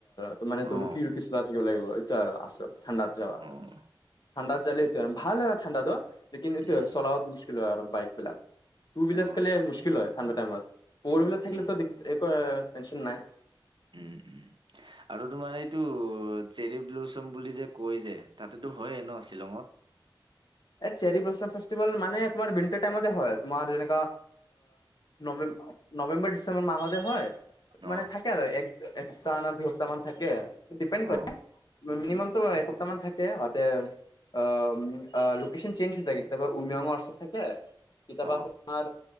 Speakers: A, on the left; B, on the right.
A: ত মান তোৰোক
B: অ',
A: কি ৰী চলা থাক লাগিব এইটো আৰু আল ঠাণ্ডাত যাবা
B: অ',
A: ঠাণ্ডাত জাল ব ভাল এা থঠণ্ত লকিন ইতিে
B: উম,
A: চলাবত মুশকিল হয় আৰুব বাইক বিলাক । টুইলাৰছ
B: অ',
A: খালে মু্ছকিল হয় ঠাডা টাইমত পৰবিলা থাকিল
B: উম,
A: তো টেনচন নাই ।
B: উম উম আৰু তোমাৰ এইটো চেৰি ব্লুচম বুলি যে কয় যে । তাতেতো হয়ে ন শ্বিলঙত ।
A: চে ফেভেল মানে তমাৰাৰ টাইম হয় তোমাৰ যেনে অ নেম নৱেম্বৰ ডিচেম্বৰ মাহতে হয়
B: অ',
A: মানে থাকে আৰু একসপ্তাহ ন দুপ্তাহ তামান থাকে আৰু ডিপেণ্ড
B: অ',
A: কৰে মিনিমাম তটো এসপ্তাহ মান থাকে এ অ লোকেশচন চেঞ্জ হৈ থাকে তাপা উমিয়ং থে কেতিাবা
B: অ',
A: তোমাৰ